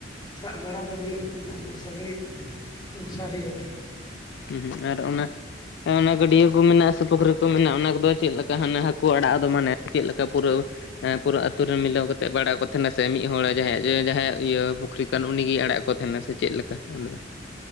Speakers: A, on the left (about 20°); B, on the left (about 60°).
A: ᱥᱟᱵ ᱵᱟᱲᱟ ᱫᱚ ᱦᱩᱭᱩᱜ ᱠᱟᱱᱟ ᱢᱚᱥᱟᱨᱤ ᱢᱚᱥᱟᱨᱤᱟᱛᱮ ᱾
B: ᱩᱸ ᱦᱩᱸ ᱟᱨ ᱚᱱᱟ ᱚᱱᱟ ᱜᱟᱹᱰᱤᱭᱟᱹ ᱾ ᱠᱩ ᱢᱮᱱᱟᱜᱼᱟ ᱥᱮ ᱯᱩᱠᱷᱨᱤ ᱠᱚ ᱢᱮᱱᱟᱜᱼᱟ ᱚᱱᱟ ᱠᱚᱫᱚ ᱪᱮᱜ ᱞᱮᱠᱟ ᱦᱟᱱᱮ ᱦᱟᱹᱠᱩ ᱟᱲᱟᱜ ᱟᱫᱚ ᱢᱟᱱᱮ ᱪᱮᱜ ᱞᱮᱠᱟ ᱯᱩᱨᱟᱹᱣ ᱾ ᱮᱸ ᱯᱩᱨᱟᱹ ᱟᱹᱛᱩ ᱨᱮ ᱢᱤᱞᱟᱹᱣ ᱠᱟᱛᱮᱜ ᱵᱟᱲᱟ ᱠᱚ ᱛᱟᱦᱮᱸᱱᱟ ᱥᱮ ᱢᱤᱫ ᱦᱚᱲ ᱡᱟᱦᱟᱸᱭᱟᱜ ᱡᱮ ᱡᱟᱦᱟᱸᱭᱟᱜ ᱤᱭᱟᱹ ᱯᱩᱠᱷᱨᱤ ᱾ ᱠᱟᱱ ᱩᱱᱤᱜᱤᱭ ᱟᱲᱟᱜ ᱠᱚ ᱛᱟᱦᱮᱱᱟ ᱥᱮ ᱪᱮᱜ ᱞᱮᱠᱟ ᱩᱱᱤ ᱫᱚ ᱾